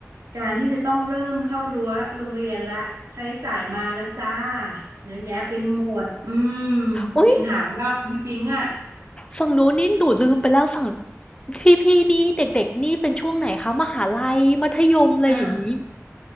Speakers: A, on the right; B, on the left.
A: การที่จะต้องเริ่มเข้ารั้วโรงเรียนละค่าใช้จ่ายมาแล้วจ้าเยอะแยะไปหมดอืม
B: อุ๊ย
A: เป็นหางว่าวพี่ปิงอ่ะ
B: ฝั่งนู้นนี่ดูลืมไปแล้วฝั่งพี่ๆนี่เด็กๆนี่เป็นช่วงไหนคะมหาลัยมัธยมอะไรอย่างนี้
A: อ่า